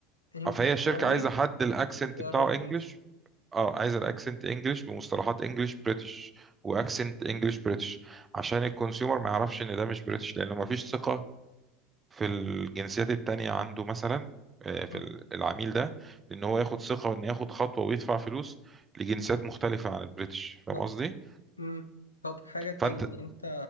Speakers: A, on the left (about 85°); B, on the right (about 20°).
A: انجلش
B: فهي الشركة
A: كويس
B: عايزة حد الاكسنت
A: بسعر
B: بتاعه
A: رخيص
B: انجليش اه عايز الاكسنت انجلش بمصطلحات انجلش بريتش واكسنت انجلش بريتش عشان الكونسيومر ما يعرفش ان ده مش بريتش لانه ما فيش ثقة في الجنسيات التانية عنده مثلا آه، في
A: مم.
B: ال- العميل ده ان هو ياخد ثقة وان ياخد خطوة ويدفع فلوس لجنسيات مختلفة عن البريتش فاهم
A: طب
B: قصدي
A: مم. طب حاجه تاني
B: فانت
A: يعني انت